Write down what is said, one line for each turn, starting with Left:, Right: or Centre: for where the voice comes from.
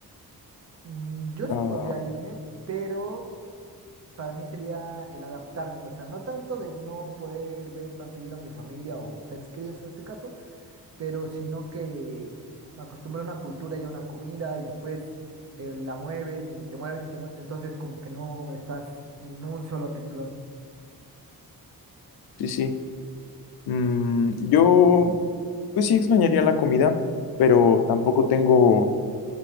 Right: Mm, yo sí
Left: ah,
Right: podría irme, pero para mí sería el adaptarme, o sea, no tanto de no poder ver tan seguido a mi familia o seres queridos en este caso, pero sino que me acostumbré a una cultura y a una comida y después te la mueven y te mueven y te mueven, entonces como que no estás en un solo renglón.
Left: sí, sí. Mm, yo, pues sí extrañaría la comida, pero tampoco tengo